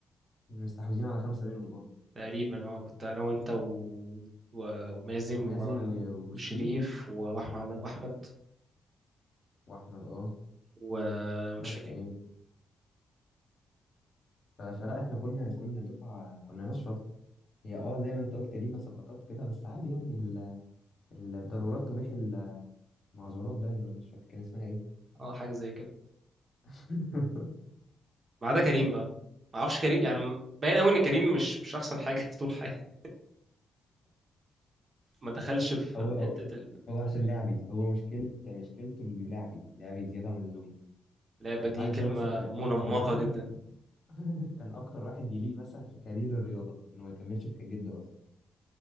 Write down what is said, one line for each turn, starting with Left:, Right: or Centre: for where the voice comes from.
Left: مستحوذين على خمسة منهم اه
Right: تقريبا اه كنت انا وانت و... و... ومازن
Left: ومازن
Right: و...
Left: و-
Right: وشريف
Left: وشريف
Right: و- واحمد واحمد
Left: وأحمد اه
Right: ومش
Left: بس
Right: فاكر
Left: تقريبا ف- فلا احنا كنا كنا دفعة كنا ناس شاطرة هي اه زي ما انت قلت لينا سقطات كده بس عادي يعني ال- الضرورات تبيح المعذورات باين ولا مش فاكر كان اسمها ايه
Right: اه حاجة زي كده
Left: <laughs>
Right: ما عدا كريم بقى ما اعرفش كريم يعني باين قوي ان كريم مش مش احسن حاجة <laughs> طول حياته ما دخلش في
Left: هو
Right: في
Left: هو
Right: حتة
Left: هو عشان لعبي هو مشكلة مشكلته إنه لعبي لعبي زيادة عن اللزوم
Right: اللعبة
Left: يعني
Right: دي
Left: انت عارف
Right: كلمة
Left: ده مثلا كان
Right: منمقة
Left: اكتر واحد
Right: جدا
Left: <laughs> كان اكتر واحد يليق مثلا في كارير الرياضة انه ما يكملش في كارير الدراسة